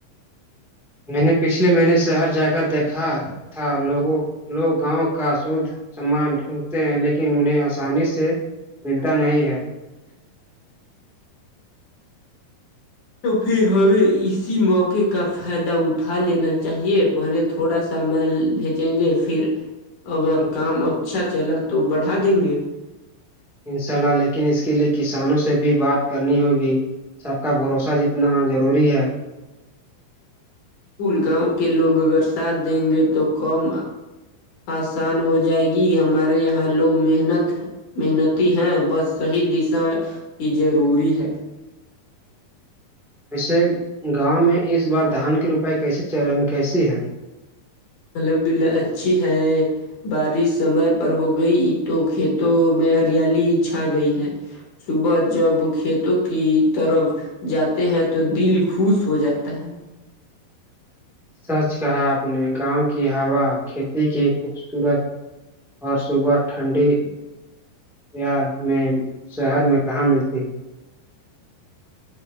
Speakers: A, in the centre; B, on the left.
A: میں نے پچھلے مہینے شہر جا کر دیکھا تھا لوگوں لوگ گاؤں کا سود سمان ڈھونڈتے ہیں لیکن انہیں آسانی سے ملتا نہیں ہے
B: تو پھر ہمیں اسی موقعے کا فائدہ اٹھا لینا چاہیے پہلے تھوڑا سا مال بھیجیں گے پھر اگر کام اچھا چلا تو بڑھا دیں گے
A: انشاء اللہ لیکن اس کے لیے کسانوں سے بھی بات کرنی ہوگی سب کا بھروسہ جتنا ضروری ہے
B: کل گاؤں کے لوگ اگر ساتھ دیں گے تو کم آسان ہو جائے گی ہمارے یہاں لوگ محنت محنتی ہیں بس صحیح دشا ہی ضروری ہے
A: ویسے گاؤں میں اس بار دھان کی روپائی کیسی چا کیسی ہے
B: الحمد للہ اچھی ہے بارش سمے پر ہو گئی تو کھیتوں میں ہریالی چھا گئی ہے صبح جب بچوں کو کھیتوں کی طرف جاتے ہیں تو دل خوش ہو جاتا ہے
A: سچ کہا آپ نے گاؤں کی ہوا کھیتی کی خوبصورت اور صبح ٹھنڈی یار میں شہر میں کہاں ملتی ہے